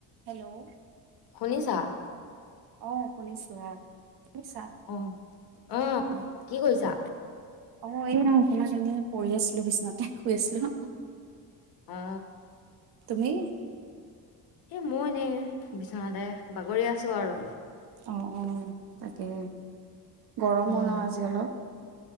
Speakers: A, on the right; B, on the left.
A: Hello
B: শুনিছা।
A: অ 'শুনিছো অ' শুনিছা।
B: অ', অ 'কি কৰিছা?
A: অ' এই নহ অসমত এনে পঢ়ি আছিলো বিচনাতে শুই আছিলো।
B: অ
A: তুমি
B: 'এই মই এনেই। বিছনাতে বাগৰি আছো আৰু।
A: অ' অ ' তাকে গৰমো
B: উম,
A: ন আজি অলপ।